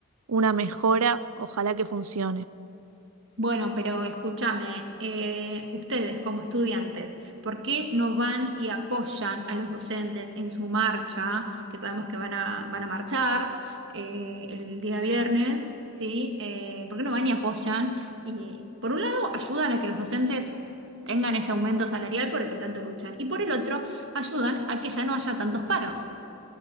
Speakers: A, on the right; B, on the right.
A: una mejora, ojalá que funcione.
B: Bueno, pero escúchame, eh, ustedes como estudiantes, ¿por qué no van y apoyan a los docentes en su marcha, que sabemos que van a, van a marchar eh, el día viernes, ¿sí? Eh, ¿por qué no van y apoyan? Y por un lado, ayudan a que los docentes tengan ese aumento salarial por el que tanto luchan, y por el otro, ayudan a que ya no haya tantos paros.